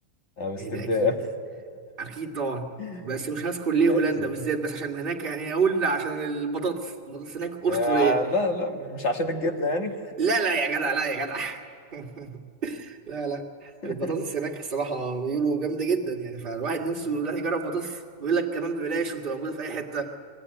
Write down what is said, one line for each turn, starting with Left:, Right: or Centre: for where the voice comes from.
Left: أمستردام
Right: يعني ده اكيد اكيد طبعا
Left: <laughs>
Right: بس مش هذكر ليه
Left: لازم
Right: هولندا بالذات بس عشان هناك يعني اقول عشان البطاطس البطاطس هناك اسطوريه
Left: آه لا لا مش عشان الجبنة يعني
Right: لا لا يا جدع لا يا جدع <laughs> لا لا
Left: <laughs>
Right: البطاطس هناك الصراحة بيقولوا جامدة جدا يعني فالواحد نفسه يروح يجرب بطاطس بيقول لك كمان ببلاش وبتبقى موجودة في أي حتة